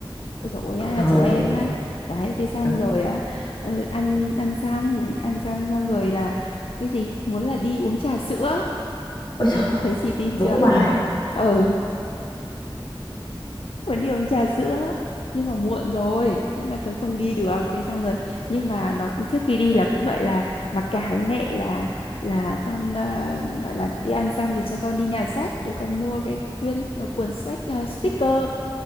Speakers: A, on the left; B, on the left.
A: Ôi dồi ôi
B: <laughs>
A: à,
B: thôi
A: cháu em
B: thì...
A: ha. Đấy, thế xong
B: ờ,
A: rồi á, ờ, ăn ăn xong, ăn xong xong rồi là cái gì? Muốn là đi uống trà sữa.
B: Ôi trời,
A: Thấy xì tin
B: đúng
A: chưa?
B: bài.
A: Ừ, muốn đi uống trà sữa. Nhưng mà muộn rồi, thế là tôi không đi được. Thế xong rồi, nhưng mà nó trước khi đi là cũng gọi là mặc cả với mẹ là là con ờ, gọi là đi ăn xong thì cho con đi nhà sách để con mua cái quyển cuốn sách ờ, sticker.